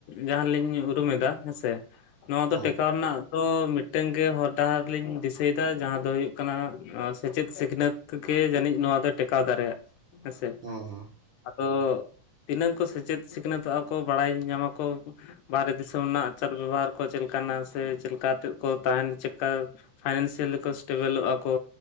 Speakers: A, on the left (about 75°); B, on the right (about 50°).
A: ᱡᱟᱦᱟᱸᱞᱤᱧ ᱩᱨᱩᱢᱮᱫᱟ ᱦᱮᱸᱥᱮ ᱱᱚᱣᱟ
B: ᱦᱮᱸ
A: ᱫᱚ ᱴᱮᱠᱟᱣ ᱨᱮᱱᱟᱜ ᱫᱚ ᱢᱤᱫᱴᱟᱹᱝ ᱜᱮ ᱦᱚᱨ ᱰᱟᱦᱟᱨ ᱞᱤᱧ ᱫᱤᱥᱟᱹᱭᱮᱫᱟ ᱡᱟᱦᱟᱸ ᱫᱚ ᱦᱩᱭᱩᱜ ᱠᱟᱱᱟ ᱥᱮᱪᱮᱫ ᱥᱤᱠᱷᱱᱟᱹᱛ ᱜᱮ ᱡᱟᱹᱱᱤᱡ ᱱᱚᱣᱟ ᱫᱚᱭ ᱴᱮᱠᱟᱣ ᱫᱟᱨᱮᱭᱟᱜ, ᱦᱮᱥᱮ
B: ᱦᱮᱸ ᱦᱮᱸ
A: ᱟᱫᱚ ᱛᱤᱱᱟᱹᱜ ᱠᱚ ᱥᱮᱪᱮᱫ ᱥᱤᱠᱷᱱᱟᱹᱛᱚᱜ-ᱟ ᱠᱚ ᱵᱟᱲᱟᱭ ᱧᱟᱢᱟᱠᱚ ᱵᱟᱦᱨᱮ ᱫᱤᱥᱚᱢ ᱨᱮᱱᱟᱜ ᱟᱪᱟᱨ ᱵᱮᱵᱚᱦᱟᱨ ᱠᱚ ᱪᱮᱫᱞᱮᱠᱟᱱᱟ ᱥᱮ ᱪᱮᱫᱠᱟᱛᱮᱫ ᱠᱚ ᱛᱟᱦᱮᱱᱟ ᱪᱮᱫᱠᱟ ᱯᱷᱟᱭᱮᱱᱥᱤᱭᱟᱞᱤ ᱠᱚ ᱮᱥᱴᱮᱵᱮᱞᱚᱜ-ᱟ ᱠᱚ,